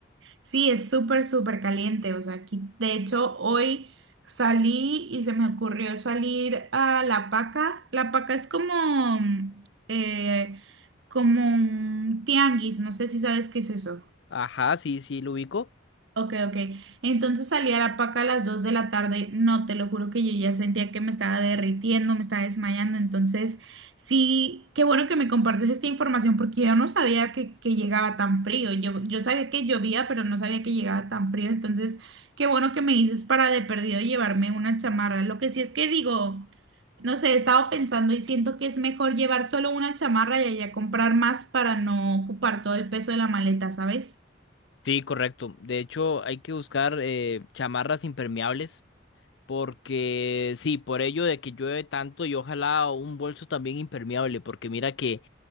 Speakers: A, on the right; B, on the left.
A: Sí, es súper, súper caliente. O sea, aquí, de hecho, hoy salí y se me ocurrió salir a La Paca. La Paca es como, mm, eh, como un tianguis. No sé si sabes qué es eso.
B: Ajá, sí, sí, lo ubico.
A: Ok, ok. Entonces salí a la paca a las 2 de la tarde. No, te lo juro que yo ya sentía que me estaba derritiendo, me estaba desmayando. Entonces, sí, qué bueno que me compartes esta información porque yo no sabía que, que llegaba tan frío. Yo, yo sabía que llovía, pero no sabía que llegaba tan frío. Entonces, qué bueno que me dices para de perdido llevarme una chamarra. Lo que sí es que digo, no sé, he estado pensando y siento que es mejor llevar solo una chamarra y allá comprar más para no ocupar todo el peso de la maleta, ¿sabes?
B: Sí, correcto. De hecho, hay que buscar eh, chamarras impermeables porque sí, por ello de que llueve tanto y ojalá un bolso también impermeable, porque mira que